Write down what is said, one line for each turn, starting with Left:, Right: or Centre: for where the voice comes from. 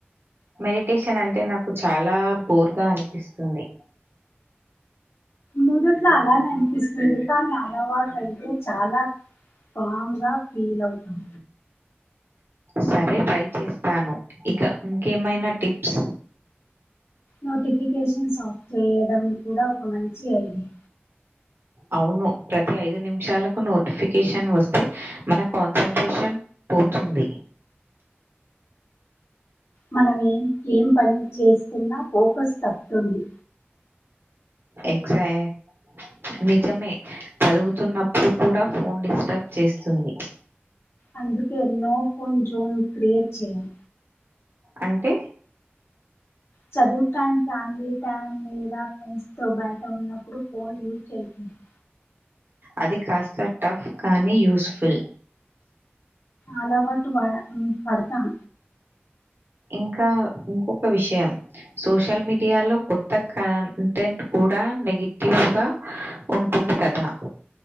Right: మెడిటేషన్ అంటే నాకు చాలా బోర్ గా అనిపిస్తుంది
Left: మొదట్లో అలానే అనిపిస్తుంది కాని అలవాటు అయితే చాలా పామ్ గా ఫీల్ అవుతాం
Right: సరే ట్రై చేస్తాను ఇక ఇంకేమైనా టిప్స్
Left: నోటిఫికేషన్స్ ఆఫ్ చేయడం కూడా ఒక మంచి ఐడియా
Right: అవును ప్రతి ఐదు నిమిషాలకు నోటిఫికేషన్ వస్తే మన కాన్సన్ట్రేషన్ పోతుంది
Left: మనం ఏం పని చేస్తున్నా ఫోకస్ తప్పుతుంది
Right: ఎగ్జాక్ట్ నిజమే చదువుతున్నప్పుడు కూడా ఫోన్ డిస్టర్బ్ చేస్తుంది
Left: అందుకే నో ఫోన్ జోన్ క్రియేట్ చేయను
Right: అంటే
Left: చదువు టైం ఫ్యామిలీ టైం లేదా ఫ్రెండ్స్ తో బయట ఉన్నప్పుడు ఫోన్ యూజ్ చేయకూడదు
Right: అది కాస్త టఫ్ కానీ యూజ్ఫుల్
Left: అలవాటు పడ పడతాం
Right: ఇంకా ఇంకొక విషయం సోషల్ మీడియాలో కొత్త కంటెంట్ కూడా నెగిటివ్ ఉంటుంది కదా